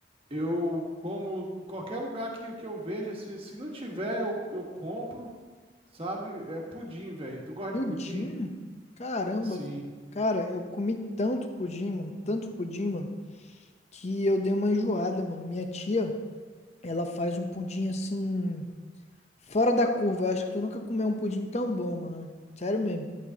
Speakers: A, on the right; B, on the left.
A: eu como em qualquer lugar que, que eu veja, se, se não tiver, eu, eu compro, sabe? É pudim, velho. Tu gosta
B: Pudim?
A: de pudim?
B: Caramba.
A: Sim.
B: Cara, eu comi tanto pudim, mano, tanto pudim, mano, que eu dei uma enjoada, mano. Minha tia, ela faz um pudim assim, fora da curva. Eu acho que tu nunca comeu um pudim tão bom, mano. Sério mesmo.